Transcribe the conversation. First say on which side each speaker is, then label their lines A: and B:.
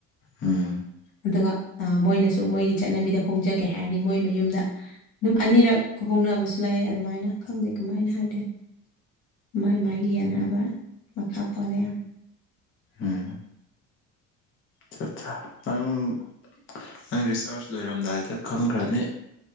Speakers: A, on the left; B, on the left.
A: ꯎꯝ
B: ꯑꯗꯨꯒ ꯃꯣꯏꯅꯁꯨ ꯃꯣꯏꯒꯤ ꯆꯠꯅꯕꯤꯗ ꯍꯣꯡꯖꯒꯦ ꯍꯥꯏꯔꯗꯤ ꯃꯣꯏ ꯃꯌꯨꯝꯗ ꯑꯗꯨꯝ ꯑꯅꯤꯔꯛ ꯍꯣꯡꯅꯕꯁꯨ ꯂꯩꯑꯦ ꯑꯗꯨꯃꯥꯏꯅ ꯈꯪꯖꯩ ꯀꯃꯥꯏꯅ ꯍꯥꯏꯗꯦ ꯃꯥꯏ ꯃꯥꯏꯒꯤ ꯌꯦꯟꯅꯅꯕ ꯃꯈꯥ ꯄꯣꯜꯂꯦ ꯌꯥꯝ
A: ꯎꯝ ꯑꯆꯥ ꯑꯆꯥ ꯇꯪ ꯅꯪ ꯔꯤꯆꯥꯔꯖ ꯂꯣꯏꯔꯝꯗꯥꯏꯗ ꯈꯪꯒ꯭ꯔꯅꯤ